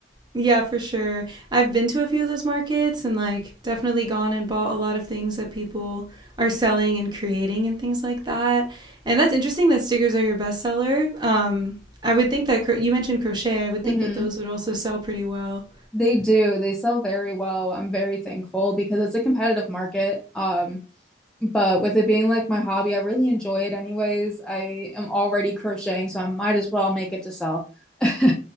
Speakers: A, on the right (about 25°); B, in the centre.
A: Yeah, for sure. I've been to a few of those markets and like definitely gone and bought a lot of things that people are selling and creating and things like that. And that's interesting that stickers are your bestseller. Um, I would think that cro- you mentioned crochet. I would
B: hmm
A: think that those would also sell pretty well.
B: They do. They sell very well. I'm very thankful because it's a competitive market. Um. But with it being like my hobby, I really enjoy it anyways. I am already crocheting, so I might as well make it to sell. <laughs>